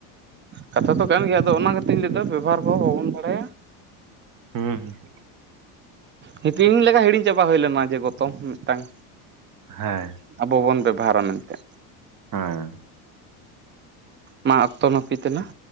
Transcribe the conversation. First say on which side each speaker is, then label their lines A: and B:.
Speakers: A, on the right; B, on the right.
A: ᱠᱟᱛᱷᱟ ᱫᱚ ᱠᱟᱱ ᱜᱮᱭᱟ ᱟᱫᱚ ᱚᱱᱟ ᱠᱟᱛᱮᱧ ᱞᱟᱹᱭ ᱫᱟ ᱵᱮᱵᱚᱦᱟᱨ ᱠᱚᱦᱚᱸ ᱵᱟᱵᱚᱱ ᱵᱟᱲᱟᱭᱟ
B: ᱦᱩᱸ <inaudible>
A: ᱦᱤᱛᱤᱧ ᱞᱮᱠᱟ ᱦᱤᱲᱤᱧ ᱪᱟᱵᱟ ᱦᱩᱭ ᱞᱮᱱᱟ ᱡᱮ ᱜᱚᱛᱚᱢ ᱢᱤᱫ ᱴᱮᱝ
B: ᱦᱮᱸ
A: ᱟᱵᱚ ᱵᱚᱱ ᱵᱮᱵᱚᱦᱟᱨᱟ ᱢᱮᱱᱛᱮ
B: ᱦᱮᱸ
A: ᱢᱟ ᱚᱠᱛᱚ ᱱᱟᱹᱯᱤᱛ ᱛᱮᱱᱟᱜ